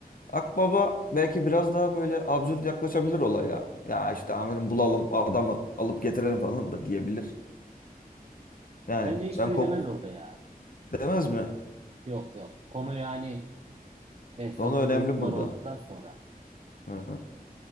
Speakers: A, on the left; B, on the right.
A: Akbaba belki biraz daha böyle absürt yaklaşabilir olaya. Ya işte amirim bulalım adamı alıp getirelim falan da diyebilir. Yani
B: Bence hiçbiri
A: ben kok
B: demez orada ya.
A: demez mi?
B: Yok yok. Konu yani Behzat'ın
A: Konu önemli
B: çocukları
A: burada.
B: olduktan sonra.
A: Hı.